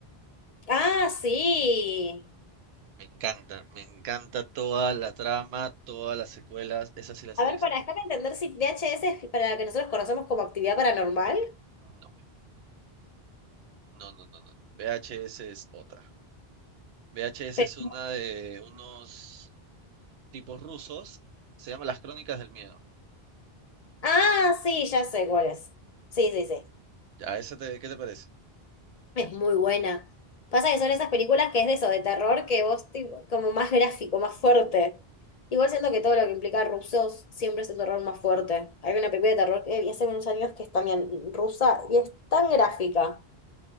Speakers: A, on the left; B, on the right.
A: Ah, sí.
B: Me encanta, me encanta toda la trama, todas las secuelas, esas sí las
A: A
B: he
A: ver,
B: visto.
A: para déjame entender si VHS es para la que nosotros conocemos como actividad paranormal.
B: No, no, no, no, no. VHS es otra. VHS
A: Pero...
B: es una de unos tipos rusos, se llama Las Crónicas del Miedo.
A: Ah, sí, ya sé cuál es. Sí, sí, sí.
B: ¿Ya esa te, qué te parece?
A: Es muy buena. Pasa que son esas películas que es de eso, de terror, que vos tipo, como más gráfico, más fuerte. Igual siento que todo lo que implica rusos siempre es un terror más fuerte. Hay una película de terror que vi hace unos años que es también rusa y es tan gráfica.